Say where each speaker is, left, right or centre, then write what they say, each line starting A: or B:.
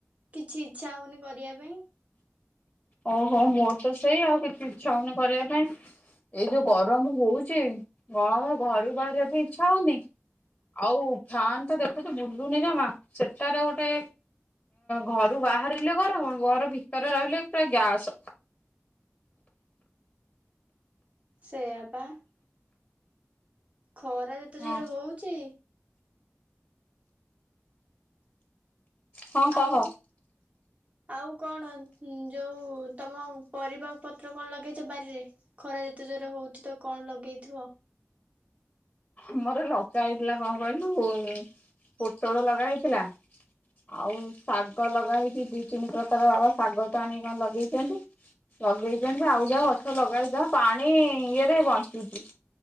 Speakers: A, on the right; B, on the left.
A: କିଛି ଇଚ୍ଛା ହଉନି। କରିବା ପାଇଁ।
B: ଓହୋ ମୋର ତ ସେଇ ଆଉ କିଛି ଇଚ୍ଛା ହଉନି କରିବା ପାଇଁ ଏଇ ଯୋଉ ଗରମ ହଉଛି କଣ ଘରୁ ବାହାରିବା ପାଇଁ ଇଚ୍ଛା ହଉନି ଆଉ ଫ୍ୟାନ ତ ଦେଖୁଛୁ ବୁଲୁନି ଜମା ସେଟାରେ ଗୋଟେ ଘରୁ ବାହାରିଲେ ଗରମ ଘର ଭିତରେ ରହିଲେ ସେ ଗ୍ୟାସ।
A: ସେଇଆ। ବା। ଖରା ଯେତେ
B: ହଁ
A: ଜୋରେ ହଉଛି।
B: ହଁ କହ
A: ଆଉ ଆଉ କଣ ଯୋଉ ତମ ପରିବା ପତ୍ର କଣ ଲଗେଇଛ ବାରିରେ ଖରା ଯେତେ ଜୋର ହଉଛି ତ କଣ ଲଗେଇଥିବ।
B: ଆମର ଲଗା ହେଇଥିଲା କଣ କହିଲୁ ପୋଟଳ ଲଗା ହେଇଥିଲା ଆଉ ଶାଗ ଲଗା ହେେଇଛି ଦିଇ ତିନି ପ୍ରକାର ବାବା ଶାଗ ଟ ଆଣି କଣ ଲଗେଇଛନ୍ତି ଲଗେଇଛନ୍ତି ଆଉ ଯାହା ଗଛ ଲଗା ହେେଇଛି ଯାହା ପାଣି ଇଏରେ ବଞ୍ଚୁଛି